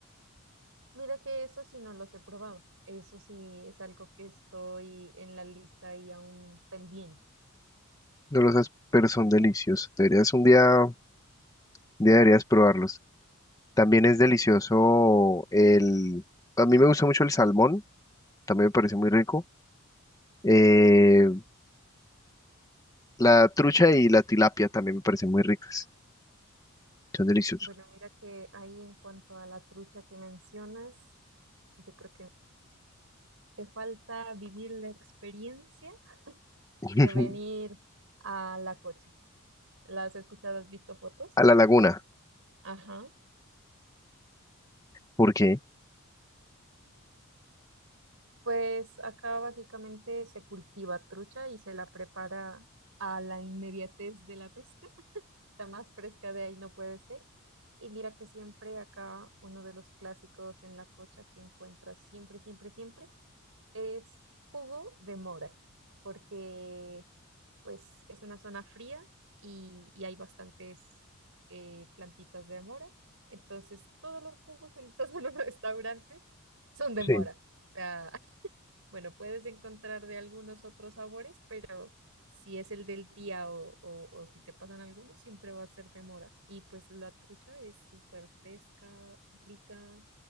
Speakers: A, on the right; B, on the left.
A: Mira que eso sí no los he probado. Eso sí es algo que estoy en la lista y aún pendiente.
B: No los has, pero son deliciosos. Deberías un día, un día deberías probarlos. También es delicioso el... A mí me gusta mucho el salmón, también me parece muy rico. Eh, la trucha y la tilapia también me parecen muy ricas. Son deliciosos.
A: Bueno, mira que ahí en cuanto a la trucha que mencionas, yo creo que te falta vivir la experiencia
B: <laughs>
A: de venir a la cocha. ¿Las has escuchado? ¿Has visto fotos?
B: A la laguna,
A: Ajá.
B: ¿por qué?
A: Pues acá básicamente se cultiva trucha y se la prepara a la inmediatez de la pesca. La más fresca de ahí no puede ser. Y mira que siempre acá uno de los clásicos en la cocha que encuentras siempre, siempre, siempre es jugo de mora, porque pues es una zona fría y, y hay bastantes eh, plantitas de mora. Entonces, todos los jugos en todos los <laughs> restaurantes son de
B: Sí.
A: mora. O sea, <laughs> bueno, puedes encontrar de algunos otros sabores, pero si es el del día o, o, o si te pasan algunos, siempre va a ser de mora. Y pues la trucha es súper fresca, rica.